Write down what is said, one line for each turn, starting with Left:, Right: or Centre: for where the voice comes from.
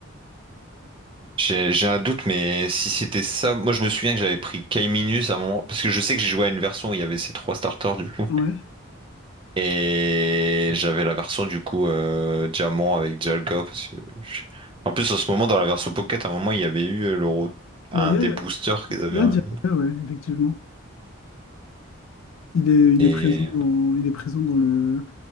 Right: J'ai j'ai un doute, mais si c'était ça, moi je me souviens que j'avais pris Calminus à un moment, parce que je sais que j'ai joué à une version où il y avait ces trois starters du coup.
Left: Ouais.
Right: Et j'avais la version du coup euh, diamant avec Dialga parce que je- en plus en ce moment dans la version Pocket à un moment il y avait eu euh, le re- un
Left: Bah, il y
Right: des
Left: a,
Right: boosters qu'ils
Left: il
Right: avaient
Left: y a
Right: remis.
Left: Jiraiya, ouais, effectivement. Il est, il
Right: Et
Left: est présent dans, il est présent dans le,